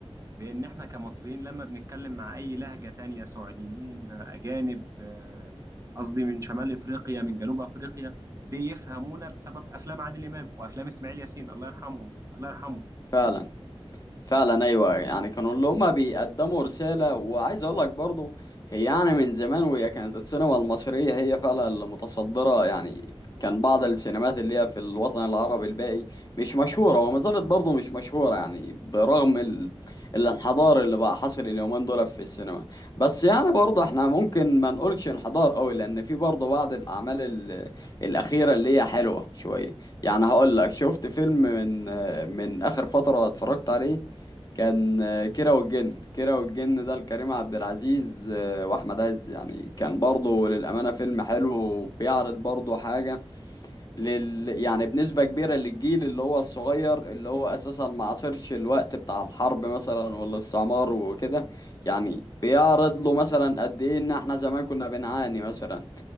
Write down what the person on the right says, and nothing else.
بان احنا كمصريين لما بنتكلم مع اي لهجه تانية سعوديين اجانب آه، قصدي من شمال افريقيا من جنوب افريقيا بيفهمونا بسبب افلام عادل امام وافلام اسماعيل ياسين الله يرحمهم الله يرحمه